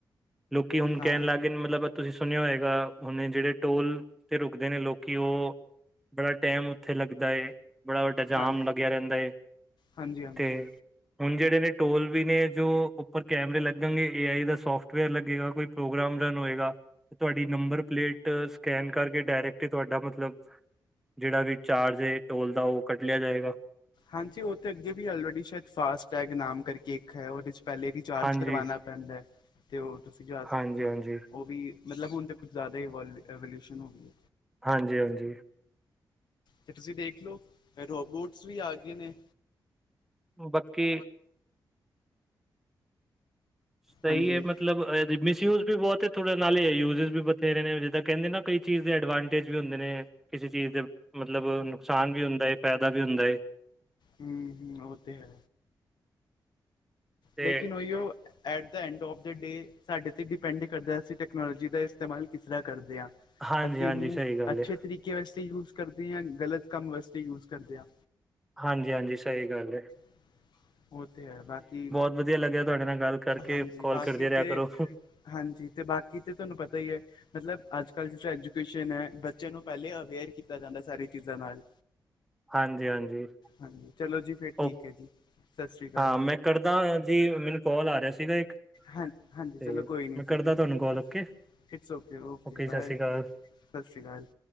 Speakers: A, in the centre; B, on the left.
A: ਲੋਕੀ ਹੁਣ
B: ਹਾਂ
A: ਕਹਿਣ ਲੱਗ ਗਏ ਮਤਲਬ ਤੁਸੀਂ ਸੁਣਿਆ ਹੋਏਗਾ? ਹੁਣੇ ਜਿਹੜੇ ਟੋਲ ਤੇ ਰੁਕਦੇ ਨੇ ਲੋਕੀ, ਉਹ ਬੜਾ ਟਾਇਮ ਉੱਥੇ ਲੱਗਦਾ ਏ। ਬੜਾ ਵੱਡਾ ਜਾਮ
B: ਹਾਂ
A: ਲੱਗਿਆ ਰਹਿੰਦਾ ਏੇ
B: ਹਾਂਜੀ ਹਾਂਜੀ
A: ਤੇ ਹੁਣ ਜਿਹੜੇ ਨੇ ਟੋਲ ਵੀ ਨੇ। ਜੋ ਉੱਪਰ ਕੈਮਰੇ ਲੱਗਣਗੇ ਏ ਆਈ ਦਾ ਸੋਫਟਵੇਅਰ ਲੱਗੇਗਾ ਕੋਈ ਪ੍ਰੋਗਰਾਮ ਰਨ ਤੇ ਤੁਹਾਡੀ ਨੰਬਰ ਪਲੇਟ ਸਕੈਨ ਕਰਕੇ, ਡਾਇਰੈਕਟ ਤੁਹਾਡਾ ਮਤਲਬ। ਜਿਹੜਾ ਵੀ ਚਾਰਜ ਏ ਟੋਲ ਦਾ ਉਹ ਕੱਟ ਲਿਆ ਜਾਏਗਾ।
B: ਹਾਂਜੀ, ਉਹ ਤਾਂ ਅੱਗੇ ਵੀ ਸ਼ਾਇਦ ਗਏ ਫਾਸਟੈਗ ਨਾਮ ਕਰਕੇ ਇੱਕ ਉਹਦੇ 'ਚ ਪਹਿਲੇ ਰਿਚਾਰਜ
A: ਹਾਂਜੀ
B: ਕਰਵਾਉਣਾ ਪੈਦਾ ਏ ਤੇ ਉਹ ਤੁਸੀਂ ਜਾ
A: ਹਾਂਜੀ
B: ਸਕਦੇ ਹੋ।
A: ਹਾਂਜੀ
B: ਉਹ ਵੀ ਹੁਣ ਮਤਲਬ ਤੇ ਕੁੱਝ ਜ਼ਿਆਦਾ ਐਵਿਲਿਊਸਨ ਹੋ ਗਈ ਏ।
A: ਹਾਂਜੀ ਹਾਂਜੀ।
B: ਤੇ ਤੁਸੀਂ ਦੇਖ ਲਓ ਰੋਬੋਟਸ ਵੀ ਆ ਗਏ ਨੇ?
A: ਬਾਕੀ ਸਹੀ
B: ਹਾਂਜੀ
A: ਏ ਮਤਲਬ ਮਿਸਯੂਜ ਵੀ ਬਹੁਤ ਨੇ। ਤੁਹਾਡੇ ਨਾਲ ਯੂਜਜ਼ ਵੀ ਬਥੇਰੇ ਨੇ ਜਿੱਦਾਂ ਕਹਿੰਦੇ ਨਾ ਕਈ ਚੀਜ਼ ਦੇ ਐਡਵਾਂਟੇਜ ਵੀ ਹੁੰਦੇ ਨੇ। ਕਿਸੇ ਚੀਜ਼ ਦੇ ਮਤਲਬ ਨੁਕਸਾਨ ਵੀ ਹੁੰਦਾ ਏ। ਫਾਇਦਾ ਵੀ ਹੁੰਦਾ ਹੈ।
B: ਹਮ- ਹਮ ਉਹ ਤੇ ਹੈ।
A: ਤੇ
B: ਲੇਕਿਨ ਉਹੀਓ। At the end of the day, ਸਾਡੇ ਤੇ ਡਿਪੈਂਡ ਕਰਦਾ ਅਸੀਂ ਟਕਨੋਲੋਜੀ ਦਾ ਇਸਤੇਮਾਲ ਕਿਸ ਤਰ੍ਹਾਂ ਕਰਦੇ ਹਾ?
A: ਹਾਂਜੀ
B: ਅਸੀਂ
A: ਹਾਂਜੀ
B: ਉਹਨੂੰ
A: ਸਹੀ ਗੱਲ
B: ਅੱਛੇ
A: ਹੈ
B: ਤਰੀਕੇ ਵਾਸਤੇ ਯੂਜ ਕਰਦੇ ਹਾਂ, ਗ਼ਲਤ ਕੰਮ ਵਾਸਤੇ ਯੂਜ ਕਰਦੇ ਹਾਂ।
A: ਹਾਂਜੀ -ਹਾਂਜੀ। ਸਹੀ ਗੱਲ ਏ।
B: <inaudible> ਉਹ ਤੇ ਹੈ। ਬਾਕੀ,
A: ਵਧੀਆ ਲੱਗਿਆ ਤੁਹਾਡੇ ਨਾਲ ਗੱਲ ਕਰਕੇ
B: ਹਾਂਜੀ
A: ਕਾਲ
B: ਬਾਕੀ
A: ਕਰਦੇ ਰਿਹਾ
B: ਤੇ
A: ਕਰੋ
B: ਹਾਂਜੀ ਤੇ ਬਾਕੀ ਤੇ ਤੁਹਾਨੂੰ ਪਤਾ ਈ ਐ। ਮਤਲਬ ਅੱਜ-ਕੱਲ੍ਹ ਜਿੱਥੇ ਐਜੂਕੇਸ਼ਨ ਆ। ਬੱਚਿਆਂ ਨੂੰ ਪਹਿਲੇ ਅਵੇਅਰ ਕੀਤਾ ਜਾਂਦਾ ਸਾਰੀ ਚੀਜ਼ਾਂ ਨਾਲ।
A: ਹਾਂਜੀ-ਹਾਂਜੀ
B: ਹਾਂਜੀ, ਚਲੋ ਜੀ ਫੇਰ ਠੀਕ
A: ਓ
B: ਏ ਜੀ। ਸਤਿ ਸ਼੍ਰੀ ਅਕਾਲ
A: ਹਾਂ, ਮੈਂ ਕਰਦਾ ਜੀ ਮੈਨੂੰ ਕਾਲ ਆ ਰਿਹਾ ਸੀਗਾ ਇੱਕ।
B: ਹਾਂ, ਹਾਂਜੀ
A: ਤੇ
B: ਚਲੋ ਕੋਈ ਨੀ
A: ਮੈਂ
B: ਜੀ,
A: ਕਰਦਾ
B: ਕੋਈ ਨੀ
A: ਤੁਹਾਨੂੰ call okay okay
B: it's okay- okay
A: ਜੀ
B: ਬਾਏ।
A: ਸਤਿ ਸ਼੍ਰੀ ਅਕਾਲ
B: ਸਤਿ ਸ੍ਰੀ ਅਕਾਲ ਜੀ।